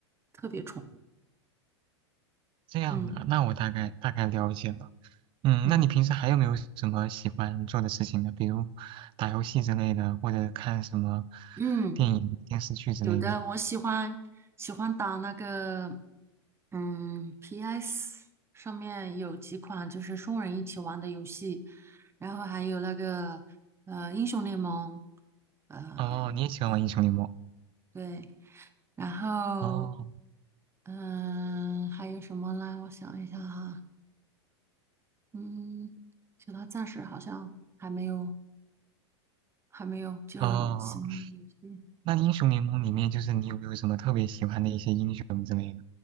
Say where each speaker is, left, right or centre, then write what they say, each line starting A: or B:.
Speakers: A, on the right (about 15°); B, on the right (about 35°).
A: 特别宠。
B: 这样啊，
A: 嗯
B: 那我大概大概了解了。嗯，
A: 嗯
B: 那你平时还有没有什么喜欢做的事情呢？比如打游戏之类的，或者看什么
A: 嗯。
B: 电影、电视剧之类的。
A: 有的我喜欢喜欢打那个，嗯，PS 上面有几款就是双人一起玩的游戏，然后还有那个呃英雄联盟，呃对，
B: 哦，你也喜欢玩英雄联盟？
A: 对，然后
B: 哦
A: 嗯呃还有什么呢？我想一下哈，嗯，其他暂时好像还没有还没有，就是新游戏。
B: 哦，那英雄联盟里面就是你有没有什么特别喜欢的一些英雄之类的？